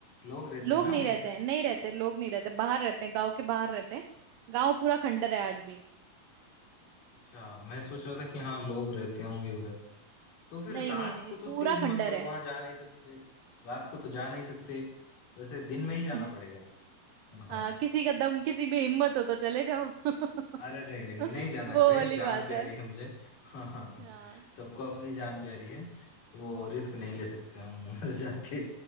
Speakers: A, on the left; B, on the right.
A: लोग रहते
B: लोग
A: हैं ना
B: नहीं
A: उधर
B: रहते हैं नहीं रहते लोग नहीं रहते बाहर रहते हैं गांव के बाहर रहते हैं गांव पूरा खंडर है आज भी
A: अच्छा मैं सोच रहा था कि हाँ लोग रहते होंगे उधर तो फिर
B: नहीं
A: रात
B: नहीं नहीं नहीं
A: को तो
B: पूरा
A: सीन मतलब
B: खंडर है
A: वहां जा नहीं सकते रात को तो जा नहीं सकते वैसे दिन में ही
B: <laughs>
A: जाना पड़ेगा हाँ
B: हाँ किसी का दम किसी में हिम्मत हो तो चले जाओ <laughs>
A: अरे नहीं नहीं नहीं नहीं जाना
B: वो
A: है भाई
B: वाली
A: जान
B: बात
A: प्यारी
B: है
A: है मुझे <laughs> हाँ हाँ
B: हाँ
A: सबको अपनी जान प्यारी है वो रिस्क नहीं ले सकते हम <laughs> उधर जाके